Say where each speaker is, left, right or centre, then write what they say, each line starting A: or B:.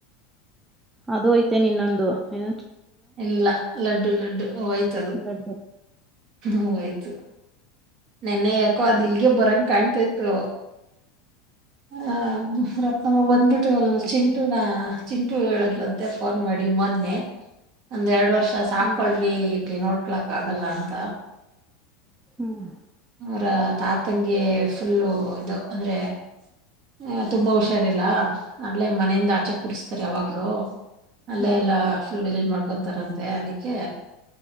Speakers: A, on the right; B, on the right.
A: ಅದು ಯ್ತೆ ನಿನ್ನೊಂದು ಏ
B: ಎಲ್ಲ ಲಡ್ಡು ಲಡ್ಡು ಹೂಯ್ತದು
A: ಲಡ್ಡು
B: ಹೂಯ್ತು ನೆನ್ನೆ ಯಾಕೋ ಅದ್ ಇಲ್ಗೆ ಬರಂಗ ಕಾಣ್ತತ್ತು ಹ ರಮ್ಮ ಬಂದ್ಬಿಟ್ಟು ಅಲ್
A: ಹಾಂ
B: ಚಿಂಟುನಾ ಚಿಂಟು ಹೇಳದ್ಂತೆ ಫೋನ್ ಮಾಡಿ ಮೊನ್ನೆ ಒಂದ್ ಎರಡ್ ವರ್ಷ ಸಾಕಳ್ರಿ
A: ಹ್ಞೂ
B: ಇರಿ ನೋಡಿ ಹಕ್ಳಕ್ ಆಗಲ್ಲ ಅಂತ
A: ಹ್ಮ್
B: ಅವರ ತಾತಂಗಗೆ ಫುಲ್ಲು ಇದು ಅಂದ್ರೆ ಹ ತುಂಬಾ ಹುಷಾರಿಲ್ಲ ಅಲ್ಲೇ ಮನೆಯಿಂದ ಆಚೆ ಕೂಡಸ್ ಯಾವಾಗ್ಲೂ ಅಲ್ಲೇ
A: ಹಾಂ
B: ಎಲ್ಲಾ ಫುಲ್ ವಲೀಜ ಮಾಡ್ಕೊತಾರಂತೆ ಅದಿಕ್ಕೆ